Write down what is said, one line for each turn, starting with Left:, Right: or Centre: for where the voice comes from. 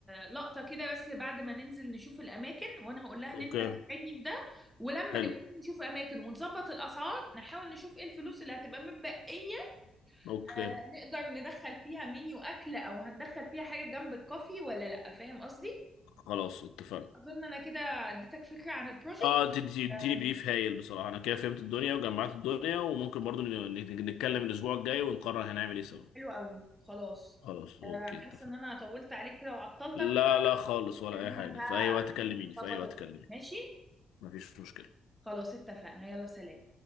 Centre: لقطه كده بس بعد ما ننزل نشوف الاماكن وانا هقول لها ان
Left: اوكي
Centre: انت هتساعدني في ده ولما
Left: حلو
Centre: نبتدي نشوف اماكن ونظبط الاسعار نحاول نشوف ايه الفلوس اللي هتبقى متبقيه
Left: اوكي
Centre: آه، نقدر ندخل فيها منيو اكل او هندخل فيها حاجه جنب الكوفي ولا لا فاهم قصدي
Left: خلاص اتفقنا
Centre: اظن انا كده اديتك فكره عن البروجكت
Left: اه انت انت- اديني
Centre: آم،
Left: بريف هايل بصراحه انا كده فهمت الدنيا وجمعت الدنيا وممكن برضو ن- ن- نتكلم الاسبوع الجاي ونقرر هنعمل ايه سوا
Centre: حلو قوي خلاص
Left: خلاص اوكي
Centre: آه، انا
Left: اتفقنا
Centre: حاسه ان انا طولت عليك كده وعطلتك
Left: لا لا خالص ولا
Centre: فاكلمك
Left: اي حاجه
Centre: بقى
Left: في اي وقت كلميني في
Centre: نظبط
Left: اي وقت
Centre: الدنيا.
Left: كلميني
Centre: ماشي
Left: مفيش مشكله
Centre: خلاص اتفقنا يلا سلام